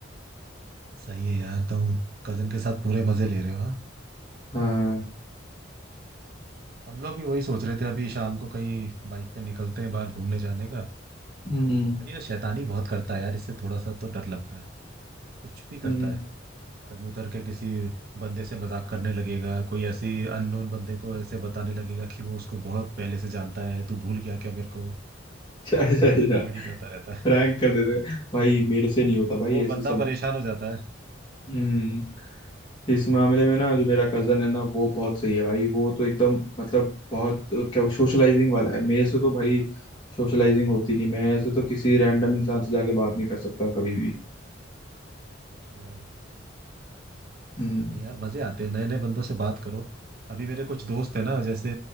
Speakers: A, on the right (about 50°); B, on the left (about 25°).
A: सही है यार तुम कजिन के साथ पूरे मजे ले रहे हो हाँ
B: हाँ
A: हम लोग भी वही सोच रहे थे अभी शाम को कहीं बाइक पे निकलते हैं बाहर घूमने जाने का
B: हम्म
A: पर ये शैतानी बहुत करता है यार इससे थोड़ा सा तो डर लगता है कुछ भी करता
B: हम्म <laughs>
A: है कभी उतर के किसी बंदे से मजाक करने लगेगा कोई ऐसी अननोन बंदे को ऐसे बताने लगेगा कि वो उसको बहुत पहले से जानता है तू भूल गया क्या मेरे को
B: अच्छा अच्छा
A: अजीब
B: अच्छा
A: अजीब कॉमेडी करता रहता
B: प्रैंक
A: है
B: कर देते हैं। भाई मेरे से नहीं
A: <laughs>
B: होता भाई
A: वो
B: ऐसे
A: बंदा
B: सब
A: परेशान हो जाता है
B: हम्म इस मामले में ना जो मेरा कजन है ना वो बहुत सही है भाई वो तो एकदम मतलब बहुत अ, क्या सोशलाइजिंग वाला है मेरे से तो भाई सोशलाइजिंग होती नहीं मैं ऐसे तो किसी रैंडम इंसान से जाके बात नहीं कर सकता कभी भी
A: अच्छा
B: हम्म
A: कोई नहीं यार मजे आते हैं नए नए बंदों से बात करो अभी मेरे कुछ दोस्त है ना जैसे